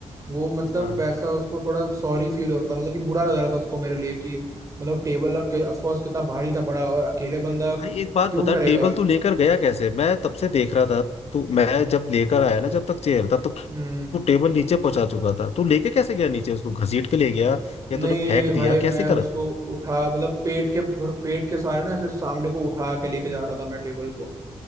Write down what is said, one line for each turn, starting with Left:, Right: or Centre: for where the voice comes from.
Right: वो मतलब
Left: हाँ।
Right: वैसा उसको थोड़ा सॉरी फील हो रहा था मतलब कि बुरा लग रहा था उसको मेरे लिए कि मतलब टेबल के ऑफ कोर्स कितना भारी था बड़ा और अकेले बंदा क्यों
Left: भाई एक बात बता
Right: करेगा
Left: टेबल तू लेकर गया कैसे मैं तब से देख रहा था तू मैं जब लेकर आया ना जब तक चेयर तब तक
Right: हम्म
Left: तू टेबल नीचे पहुंचा चुका था तू लेके कैसे गया नीचे उसको घसीट के ले गया
Right: नहीं
Left: या तूने फेंक
Right: नहीं भाई
Left: दिया कैसे
Right: मैं
Left: करा
Right: उसको उठा मतलब पेट के भर- पेट के सहारे ना ऐसे सामने को उठा के लेके जा रहा था मैं टेबल को